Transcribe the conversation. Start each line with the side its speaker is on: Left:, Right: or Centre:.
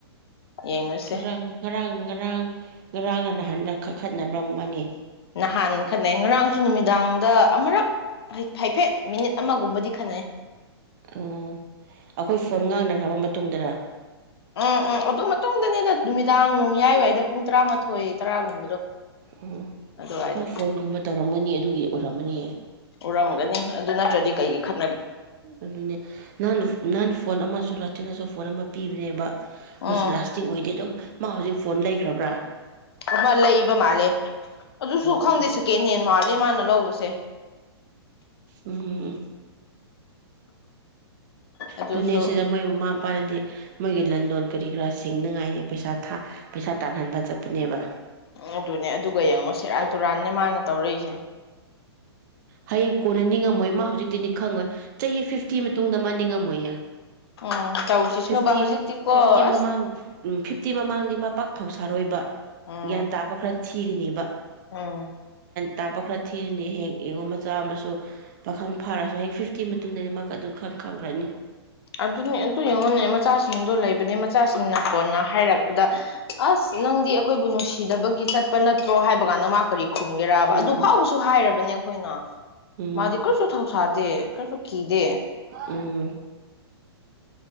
Left: ꯌꯦꯡꯉꯨꯁꯦ
Right: ꯔꯪ ꯔꯪ ꯔꯪ ꯉꯔꯥꯡꯒ ꯅꯍꯥꯟꯗ ꯀꯛꯈꯠꯅꯔꯝꯕꯅꯤ
Left: ꯅꯍꯥꯟ ꯈꯠꯅꯩ ꯉꯔꯥꯡꯁꯨ ꯅꯨꯃꯤꯗꯥꯡꯗ ꯑꯃꯨꯔꯛ ꯍꯥꯏꯐꯦꯠ ꯃꯤꯅꯤꯠ ꯑꯃꯒꯨꯝꯕꯗꯤ ꯈꯟꯅꯅꯩ
Right: ꯎꯝ ꯑꯩꯈꯣꯏ ꯐꯣꯟ ꯉꯥꯡꯅꯈ꯭ꯔꯕ ꯃꯇꯨꯡꯗꯔ
Left: ꯎꯝ ꯎꯝ ꯑꯣꯗ ꯃ ꯃꯇꯨꯡꯗꯅꯤꯗ ꯅꯨꯃꯤꯗꯥꯡ ꯣꯡꯌꯥꯏꯋꯥꯏꯗ ꯄꯨꯡ ꯇꯔꯥꯃꯥꯊꯣꯏ ꯇꯔꯥꯒꯨꯝꯕꯗꯣ
Right: ꯎꯝ
Left: ꯑꯗꯨꯋꯥꯏꯗ
Right: ꯃꯥ ꯐꯣꯟꯒꯨꯝꯕ ꯇꯧꯔꯝꯒꯅꯤ ꯑꯗꯨꯒꯤ ꯑꯣꯏꯔꯝꯃꯅꯤ
Left: ꯎꯔꯝꯒꯅꯤ ꯑꯗꯨ ꯅꯠꯇ꯭ꯔꯗꯤ ꯀꯩꯒꯤ ꯈ
Right: ꯑꯗꯨꯅꯦ ꯅ ꯅꯥꯟ ꯐꯣꯟ ꯑꯃꯁꯨ ꯆꯤꯟꯅꯁꯨ ꯐꯣꯟ ꯑꯃ ꯄꯤꯕꯅꯦꯕ ꯑꯗꯨꯁꯨ
Left: ꯎꯝ
Right: ꯂꯥꯁꯇꯤꯡ ꯑꯣꯏꯗꯦ ꯑꯗꯨꯝ ꯃꯥ ꯍꯧꯖꯤꯛ ꯐꯣꯟ ꯂꯩꯈ꯭ꯔꯕ꯭ꯔꯥ
Left: ꯑꯃ ꯂꯩꯕ ꯃꯥꯜꯂꯦ ꯑꯗꯨꯁꯨ
Right: ꯎꯝ
Left: ꯈꯪꯗꯦ ꯁꯦꯀꯦꯟ ꯍꯦꯟ ꯃꯥꯜꯂꯦ ꯃꯥꯅ ꯂꯧꯕꯁꯦ
Right: ꯎꯝ
Left: ꯑꯗꯨꯁꯨ
Right: ꯑꯗꯨꯅꯦ ꯁꯤꯗ ꯃꯣꯏ ꯃꯃꯥ ꯃꯄꯥꯅꯗꯤ ꯃꯣꯏꯒꯤ ꯂꯟꯗꯣꯟ ꯀꯔꯤ ꯀꯔꯥ ꯁꯤꯡꯅꯉꯥꯏꯅꯤ ꯄꯩꯁꯥ ꯊꯥ ꯄꯩꯁꯥ ꯇꯥꯟꯍꯟꯕ ꯆꯠꯇꯄꯅꯦꯕ
Left: ꯎ ꯑꯗꯨꯅꯦ ꯑꯗꯨꯒ ꯌꯦꯡꯉꯣ ꯁꯦꯔꯥꯟ ꯇꯨꯔꯥꯟꯅꯦ ꯃꯥꯅ ꯇꯧꯔꯛꯏꯁꯦ
Right: ꯍꯌꯦꯡ ꯀꯣꯟꯅ ꯅꯤꯡꯉꯝꯃꯣꯏ ꯃꯥ ꯍꯧꯖꯤꯛꯇꯤꯅꯤ ꯈꯪꯉꯣꯏ ꯆꯍꯤ ꯐꯤꯐꯇꯤ ꯃꯇꯨꯡꯗ ꯃꯥ ꯅꯤꯡꯉꯝꯃꯣꯏꯌꯦ
Left: ꯎꯝ ꯇꯧꯁꯤꯁꯅꯨꯕ
Right: ꯐꯤꯐꯇꯤ
Left: ꯍꯧꯖꯤꯛꯇꯤꯀꯣ
Right: ꯐꯤꯐꯇꯤ
Left: ꯑꯁ
Right: ꯃꯃꯥꯡ ꯎꯝ ꯐꯤꯐꯇꯤ ꯃꯃꯥꯡꯗꯤ ꯄꯥꯛ ꯊꯧꯁꯥꯔꯣꯏꯕ
Left: ꯎꯝ
Right: ꯟ ꯇꯥꯕꯈ꯭ꯔ ꯊꯤꯒꯅꯦꯕ
Left: ꯎꯝ
Right: ꯇꯥꯕ ꯊꯤꯔꯅꯤ ꯍꯌꯦ ꯌꯦꯡꯉꯣ ꯃꯆꯥ ꯑꯃꯁꯨ ꯄꯥꯈꯪ ꯐꯥꯔꯁꯨ ꯍꯌꯦꯡ ꯐꯤꯐꯇꯤ ꯃꯇꯨꯡꯗꯅꯤ ꯃꯥꯛ ꯑꯗꯨ ꯈ ꯈꯪꯈ꯭ꯔꯅꯤ
Left: ꯑꯗꯨꯅꯦ ꯑꯗꯨ ꯌꯦꯡꯉꯣꯅꯦ ꯃꯆꯥꯁꯤꯡꯗꯣ ꯂꯩꯕꯅꯦ ꯃꯆꯥꯁꯤꯡꯅ ꯍꯣꯟꯅ ꯍꯥꯏꯔꯛꯄꯗ ꯑꯁ ꯅꯪꯗꯤ ꯑꯩꯈꯣꯏꯕꯨ ꯅꯨꯡꯁꯤꯗꯕꯒꯤ ꯆꯠꯄ ꯅꯠꯇ꯭ꯔꯣ ꯍꯥꯏꯕꯀꯥꯟꯗ ꯃꯥ ꯀꯔꯤ ꯈꯨꯝꯒꯦꯔꯕ
Right: ꯎꯝ
Left: ꯑꯗꯨ ꯐꯥꯎꯕꯁꯨ ꯍꯥꯏꯔꯕꯅꯦ ꯑꯩꯈꯣꯏꯅ
Right: ꯎꯝ
Left: ꯃꯥꯗꯤ ꯀꯔꯤꯁꯨ ꯊꯧꯁꯥꯗꯦ ꯀꯔꯤꯁꯨ ꯀꯤꯗꯦ
Right: ꯎꯝ